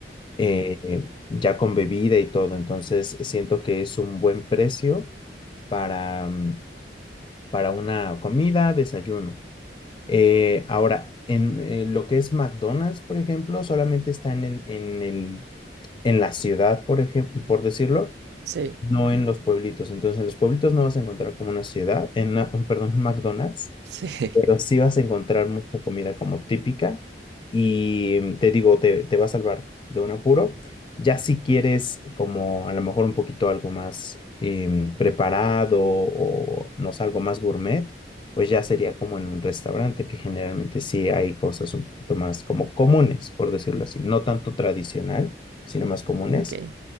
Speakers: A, on the left; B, on the right.
A: eh,
B: ok.
A: ya con bebida y todo. Entonces, siento que es un buen precio para, mm, para una comida, desayuno. Eh, ahora, en, en lo que es McDonald's, por ejemplo, solamente está en el, en el, en la ciudad, por ejemplo, por decirlo,
B: Sí,
A: no
B: mm,
A: en los pueblitos. Entonces, en los pueblitos no vas a encontrar como una ciudad, en una- un, perdón, un McDonald's,
B: sí,
A: pero sí vas a encontrar mucha comida como típica y mm, te digo, te, te va a salvar de un apuro. Ya si quieres como a lo mejor un poquito algo más em, preparado o no sé, algo más gourmet, pues ya sería como en un restaurante, que generalmente sí hay cosas un poquito más como comunes, por decirlo así, no tanto tradicional, sino más comunes,
B: <laughs> ok,